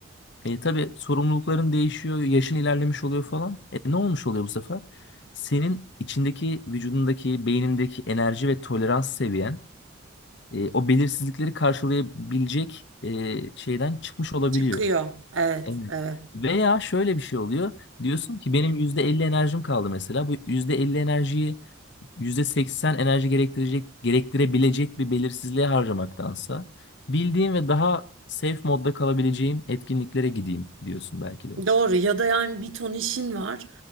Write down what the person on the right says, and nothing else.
Çıkıyor. Evet,
evet.
Doğru ya da yani bir ton işin var.